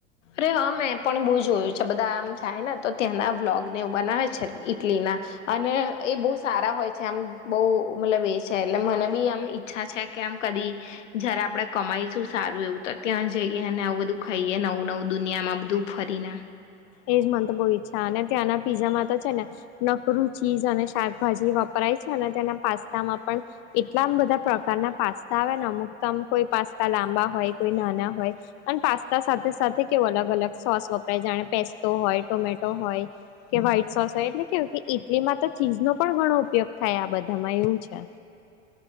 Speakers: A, on the left (about 80°); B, on the left (about 45°).
A: અરે હા મેં પણ બો જોયુ છે બધા આમ જાય ને તો ત્યાંના વ્લોગ ને એવું બનાવે છે ઈટલી ના અને એ બહુ સારા હોય છે આમ બહુ મતલબ એ છે એટલે મને બી આમ ઈ- છા છે કે આમ કદી જયારે આપડે કમાઈશું સારું એવું તો ત્યાં જઈએ અને આવું બધું ખાઈએ નવું નવું દુનિયામાં બધું ફરીને
B: એજ મન તો બઉ ઈચ્છા અને ત્યાંના પીઝામાં તો છે ને નકરું ચીજ અને શાકભાજી વપરાય છે અને તેના પાસ્તામાં પણ. એટલામ બધા પ્રકારના પાસ્તા આવે ને અમુક તો અમુક કોઈ પાસ્તા લાંબા હોય કોઈ નાના હોય. અને પાસ્તા સાથે સાથે કેવો અલગ અલગ સોસ વપરાય જાણે પેસ્તો હોય ટોમેટો હોય. કે વ્હાઈટ સોસ હોય એટલે કેવુ કે ઇટલીમાં તો ચીઝનો પણ ઘણો ઉપયોગ થયા આ બધામાં એવું છે.